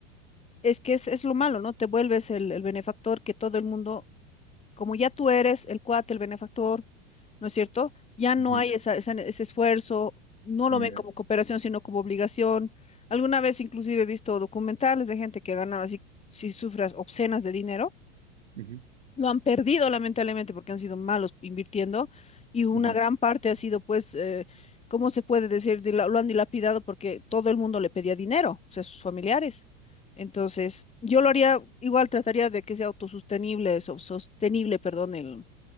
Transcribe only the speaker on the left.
es que es, es lo malo, ¿no? Te vuelves el, el benefactor que todo el mundo como ya tú eres el cuate, el benefactor, ¿no es cierto? Ya no
hay esa- esa- ese esfuerzo, no
lo ven como cooperación, sino como obligación. Alguna vez inclusive he visto documentales de gente que ha ganado así, si sufras obscenas de dinero.
Lo han perdido lamentablemente porque han sido malos invirtiendo y una
gran parte ha sido pues, eh, ¿cómo se puede decir? Dila- Lo han dilapidado porque todo el mundo le pedía dinero, o sea, sus familiares. Entonces, yo lo haría, igual trataría de que sea autosostenible, so- sostenible, perdón, el,